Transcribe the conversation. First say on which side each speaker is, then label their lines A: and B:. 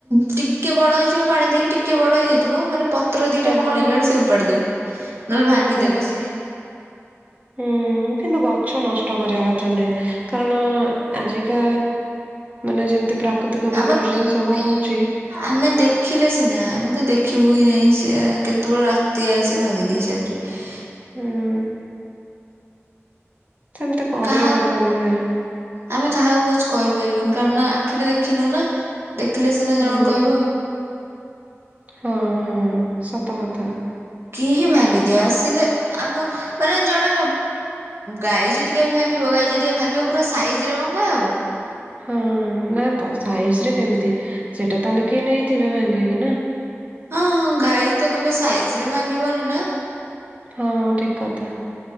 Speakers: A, on the right; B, on the right.
A: ଟିକେ ବଡ ହେଇଯିବ ପାଣି ଦେଇକି ଟିକେ ବଡ ହେଇଯାଇଥିବ ମାନେ ପତ୍ର ଦିଟା
B: ଆଜ୍ଞା।
A: କଅଁଳିଲା ବେଳୁ ସେ ଉପାଡି ଦେବେ ନହେଲେ ଭାଙ୍ଗିଦେବେ
B: ଓହୋ
A: ସିଏ
B: ହୁଁ କିନ୍ତୁ ଗଛ ନଷ୍ଟ କରିବା କଥା ନୁହେଁ କାରଣ ଆଜିକା ମାନେ ଯେମିତି ପ୍ରାକୃତିକ
A: <unintelligible>
B: ବିପର୍ଯ୍ୟୟ ସବୁ ହଉଛି
A: ଆମେ ଦେଖିଲେ ସିନା ଆମେ ତ ଦେଖିବୁ ହିଁ ନାହିଁ ସିଏ କେତେବେଳେ ରାତି ଆସିକି ଭାଙ୍ଗି ଦେଇଛ <unintelligible>
B: ହୁଁ ସେମିତି କରିବା
A: କାହା
B: କଥା ନୁହେଁ
A: ଆମେ କାହାକୁ କିଛି କହିପାରିବୁନି କାରଣ ଆଖିରେ ଦେଖିନୁ ନା ଦେଖିଲେ ସିନା
B: ହୁଁ
A: ଜଣକୁ କହିବ
B: ହଁ ହଁ ସତ କଥା
A: କିଏ ଭାଙ୍ଗିଦିଏ ଆସିଲେ ଆମ ମାନେ ଜଣେ ଗାଈ ଯଦି କେବେ ଭାଙ୍ଗିବ ଗାଈ ଯଦି ଭାଙ୍ଗିବ ପୁରା ସାଇଜରେ ଭଙ୍ଗା ହବ
B: ହଁ ନା ତ ସାଇଜ ରେ କେମିତି ସେଇଟା ତାହେଲେ କିଏ ନେଇଥିବେ ଭାଙ୍ଗିକି ନା
A: ହଁଁ ଗାଈ ତ କେବେ ସାଇଜରେ ଭାଙ୍ଗିବନି ନା
B: ହଁ ଠିକ କଥା